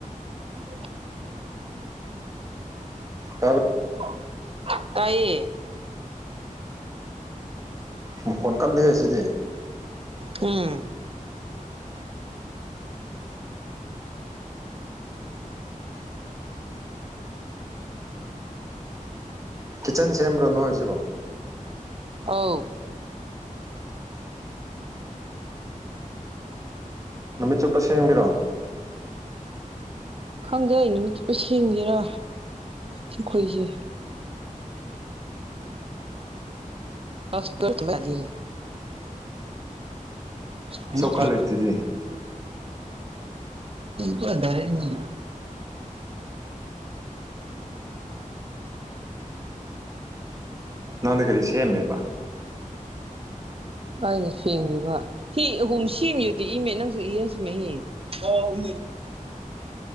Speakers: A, on the right (about 45°); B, on the right (about 25°).
A: <unintelligible>
B: ꯑ
A: ꯀꯥꯏ
B: ꯃꯈꯨꯣꯟ ꯀꯂꯦ ꯑꯁꯤꯗꯤ
A: ꯎꯝ
B: ꯀꯤꯠꯆꯟ ꯁꯦꯝꯕ꯭ꯔꯣ ꯅꯣꯏ ꯁꯤꯕꯣ
A: ꯑ
B: ꯅꯨꯃꯤꯠ ꯆꯨꯞꯄ ꯁꯦꯝꯒꯦꯔꯣ
A: ꯈꯪꯖꯩ ꯅꯨꯃꯤꯠ ꯆꯨꯞꯄ ꯁꯦꯝꯒꯦꯔꯥ ꯁꯈꯣꯏꯁꯦ ꯑꯁꯇꯅꯤ ꯑꯩꯠꯇ
B: ꯆꯧꯀꯥ ꯂꯩꯇꯗꯤ
A: ꯇꯗꯔꯦꯅꯤ
B: ꯅ ꯑꯗꯨ ꯀꯔꯤꯁꯦꯃꯦꯕ
A: ꯑꯩꯅ ꯁꯦꯡꯗꯕ ꯍꯤ ꯑꯍꯨꯝ ꯁꯦꯝꯃꯤꯗꯤ ꯏꯃꯦ ꯅꯪꯁꯨ ꯏꯡꯁꯨ ꯃꯍ ꯎꯝ